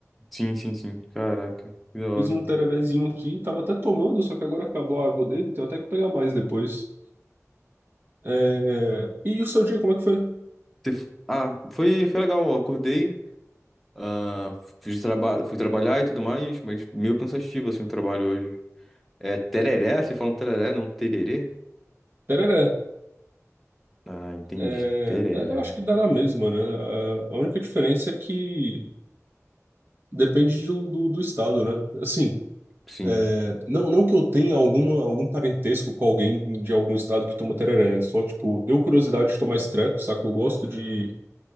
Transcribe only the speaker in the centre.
Sim, sim, sim, caraca, que da hora.
Você f- Ah, foi, foi legal, eu acordei, ah, fui, traba... fui trabalhar e tudo mais, mas meio cansativo, assim, o trabalho hoje. É tereré? Vocês falam tereré, não tererê?
Ah, entendi,
tereré.
Sim,